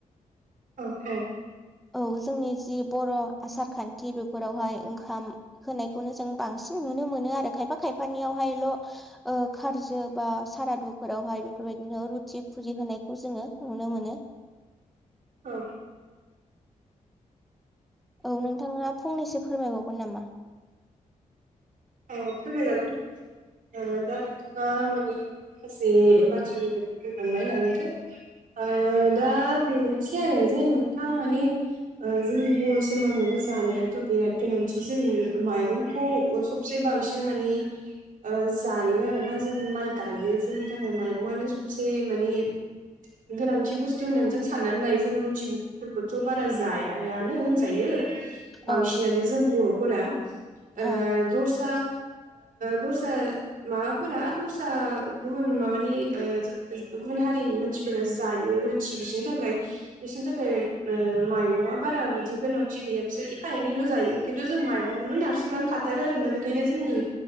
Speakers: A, on the right (about 80°); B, in the centre.
A: औ औ।
B: औ जोंनि जि बर' आसार खान्थि बेफोरावहाय ओंखाम होनायखौनो जों बांसिन नुनो मोनो आरो। खायफा खायफानियावहायल' ओ खारज बा सारादुफोरावहाय बेफोरबायदिनो रुथि फुज होनायखौ जोङो नुनो मोनो
A: औ
B: औ नोंथाङा फंनैसो फोरमायबावगोन नामा?
A: औ फोरमायजागोन नोंथां ओ दा नोंथाङा माने माखासे बाथ्रानि बै बुंलांबाय नालाय थो ओ दा बेनोसै आरो जे नोंथां माने ओ जोंनि बर समाजावबो जानायाथ बिराद गोनांथि जों माइरंखौ सब से बांसिन मानि ओ जायो आरोना जों माइ गायो जोंनि थाखाय माइरङानो सबसे माने गोनांथि बुस्थु होननानै जों साननानै लायो जों रुटिफोरखौथ बारा जायायानो होन जायो
B: औ
A: बांसिनानो जों बर फोरा
B: औ
A: ओ दस ओ दस्रा माबाफोरा दस्रा गुबुन माबानि ओ गुबुन हारिनि मानसिफो रा जायो रुटि बिसोरनि थाखाय बिसोरनि थाखाय ओ माइरंआ बारा बिदि गोनांथि गैया बिसोर एफा एनैल जायो खिन्थु जों माइरंआवनो नारसिननानै थाथारो आरोना बेखायनो जोंनि